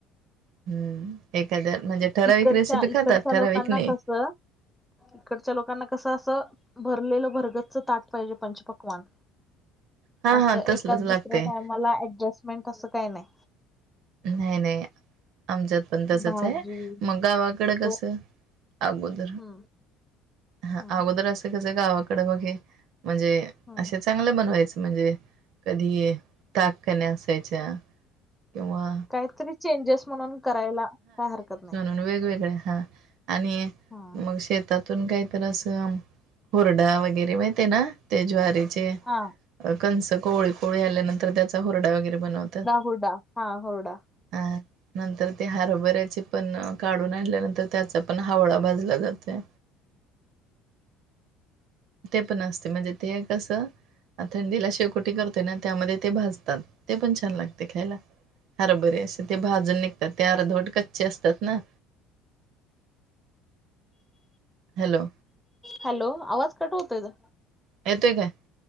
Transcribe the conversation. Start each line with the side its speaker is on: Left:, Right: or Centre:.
Right: हम्म एखाद्या म्हणजे ठराविक
Centre: इकडच्या
Right: रेसिपी
Centre: इकडच्या
Right: खातात ठराविक
Centre: लोकांना
Right: नाही.
Centre: कसं इकडच्या लोकांना कसं असं. भरलेलं भरगतच ताट पाहिजे पंचपकवान
Right: हा
Centre: असं
Right: हा तसलच
Centre: एकाच
Right: लागतय.
Centre: दुसऱ्या टाइमाला ऍडजस्टमेंट असं काही नाही.
Right: नाही नाही आमच्यात पण तसच
Centre: भाजी
Right: आहे मग गावाकडे कस
Centre: दोन
Right: अगोद
Centre: हम्म
Right: ह
Centre: हम्म
Right: अगोदर असं कस गावाकडे बघे म्हणजे
Centre: हम्म
Right: असेच चांगलं बनवायचं म्हणजे कधी ताक कण्या असायच्या. तेव्हा
Centre: काहीतरी चेंजेस म्हणून करायला काय हरकत नाही.
Right: वेगवेगळे हा आणि
Centre: हा
Right: म श ून काहीत असं हुरडा वगैरे माहित आहे ना. ते ज्वारीचे
Centre: हा
Right: कंस कोळी कोळी आल्यानंतर त्याचा होरडा वगैरे बनवतात.
Centre: होडा. हा होौडा.
Right: ह. नंतर ते हरभऱ्याचे पण काढून आणल्यानंतर त्याचा पण हवळा भाजला जातोय. ते पण असते म्हणजे ते कसं? थंडीला शेवकोटी करतोय ना त्यामध्ये ते भाजतात ते पण छान लागते खायला. हर बरे असे ते भाजून निघतात ते अर्धोट कच्चे असतात ना. हॅलो.
Centre: हॅलो आवाज कट होतोय का?
Right: येतेय काय?